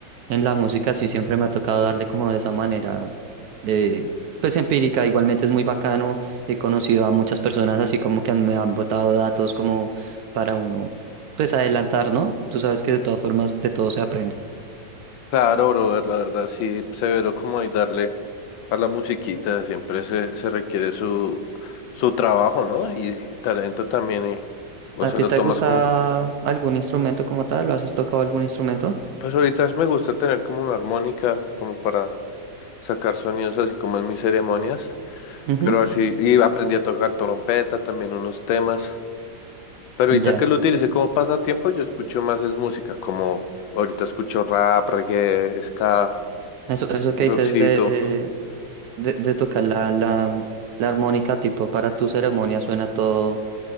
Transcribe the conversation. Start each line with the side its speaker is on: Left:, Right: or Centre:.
Right: En la música sí siempre me ha tocado darle como de esa manera, eh, pues empírica, igualmente es muy bacano, he conocido a muchas personas así como que han- me han botado datos como para uno, pues adelantar, ¿no? Tú sabes que de todas formas de todo se aprende.
Left: Claro, brother, la verdad sí, severo como hay darle a la musiquita. Siempre se, se requiere su, su trabajo, ¿no? Y talento también. Y, o
Right: ¿A
Left: sea,
Right: ti
Left: lo
Right: te
Left: tomas
Right: gusta
Left: como...
Right: algún instrumento como tal? ¿Lo has tocado algún instrumento?
Left: Pues ahorita me gusta tener como una armónica como para sacar sonidos así como en mis ceremonias.
Right: Ujú,
Left: Pero así, y aprendí a tocar trompeta, también unos temas. Pero
Right: Ya,
Left: ahorita que lo utilicé como pasatiempo, yo escucho más es música, como ahorita escucho rap, reggae, ska,
Right: eso, eso que
Left: rockcito,
Right: dices de, de, de tocar la, la, la armónica tipo para tu ceremonia suena todo,